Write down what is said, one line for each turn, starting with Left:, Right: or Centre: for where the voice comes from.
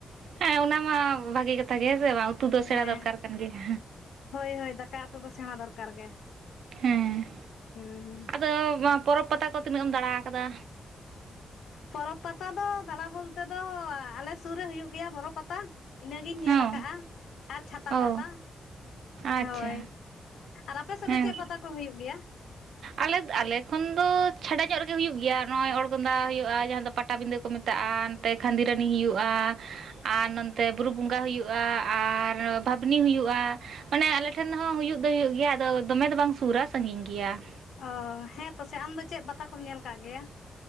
Right: ᱦᱮᱸ ᱚᱱᱟ ᱢᱟ ᱵᱷᱟᱜᱤ ᱠᱟᱛᱷᱟ ᱜᱮ ᱦᱮᱸ ᱥᱮ ᱵᱟᱝ ᱾ ᱩᱛᱩ ᱫᱚ
Left: ᱦᱮᱸ
Right: ᱥᱮᱬᱟ ᱫᱚᱨᱠᱟᱨ ᱠᱟᱱ ᱜᱮᱭᱟ᱾
Left: ᱦᱳᱭ ᱦᱳᱭ ᱫᱟᱠᱟ ᱩᱛᱩ ᱫᱚ ᱥᱮᱬᱟ ᱫᱚᱨᱠᱟᱨ ᱜᱮ
Right: ᱦᱮᱸ
Left: ᱦᱩᱸ ᱦᱩᱸ
Right: ᱟᱫᱚ ᱯᱚᱨᱚᱵᱽ ᱯᱟᱛᱟ ᱠᱚ ᱛᱤᱱᱟᱹᱜ ᱮᱢ ᱫᱟᱬᱟ ᱟᱠᱟᱫᱟ?
Left: ᱯᱚᱨᱚᱵᱽ ᱯᱟᱛᱟ ᱫᱚ ᱫᱟᱬᱟ ᱵᱚᱞᱛᱮ ᱫᱚ ᱟᱞᱮ ᱥᱩᱨ ᱨᱮ ᱦᱩᱭᱩᱜ ᱜᱮᱭᱟ ᱵᱳᱨᱚ ᱯᱟᱛᱟ᱾ ᱤᱱᱟᱹ ᱜᱤᱧ ᱧᱮᱞ
Right: ᱦᱮᱸ
Left: ᱟᱠᱟᱫᱼᱟ ᱟᱨ ᱪᱷᱟᱛᱟ
Right: ᱚ
Left: ᱯᱟᱛᱟ
Right: ᱟᱪᱪᱷᱟ
Left: ᱦᱚᱭ᱾ ᱟᱨ ᱟᱯᱮ ᱥᱮᱫ
Right: ᱦᱮᱸ
Left: ᱫᱚ ᱪᱮᱫ ᱯᱟᱛᱟ ᱠᱚ ᱦᱩᱭᱩᱜ ᱜᱮᱭᱟ?
Right: ᱟᱞᱮ ᱟᱞᱮ ᱠᱷᱚᱱ ᱫᱚ ᱪᱷᱟᱰᱟ ᱧᱚᱜ ᱨᱮᱜᱮ ᱦᱩᱭᱩᱜ ᱜᱮᱭᱟ, ᱱᱚᱜᱼᱚᱭ ᱚᱲᱜᱚᱸᱫᱟ ᱦᱩᱭᱩᱜᱼᱟ ᱡᱟᱦᱟᱸ ᱫᱚ ᱯᱟᱴᱟᱵᱤᱫᱟᱹ ᱾ ᱠᱚ ᱢᱮᱛᱟᱜᱼᱟ ᱱᱚᱛᱮ ᱠᱷᱟᱺᱫᱤ ᱨᱟᱱᱤ ᱦᱩᱭᱩᱜᱼᱟ ᱾ ᱟᱨ ᱱᱚᱛᱮ ᱵᱩᱨᱩ ᱵᱚᱸᱜᱟ ᱦᱩᱭᱩᱜᱼᱟ, ᱟᱨ ᱵᱷᱟᱵᱽᱱᱤ ᱦᱩᱭᱩᱜᱼᱟ ᱾ ᱢᱟᱱᱮ ᱟᱞᱮ ᱴᱷᱮᱱ ᱦᱚᱸ ᱦᱩᱭᱩᱜ ᱫᱚ ᱦᱩᱭᱩᱜ ᱜᱮᱭᱟ ᱟᱫᱚ ᱫᱚᱢᱮ ᱫᱚ ᱵᱟᱝ ᱥᱩᱨᱟ ᱥᱟᱺᱜᱤᱧ ᱜᱮᱭᱟ ᱾
Left: ᱚᱻ ᱦᱮᱸ ᱯᱟᱥᱮ ᱟᱢ ᱫᱚ ᱪᱮᱫ ᱯᱟᱛᱟ ᱠᱚᱢ ᱧᱮᱞ ᱟᱠᱟᱫ ᱜᱮᱭᱟ?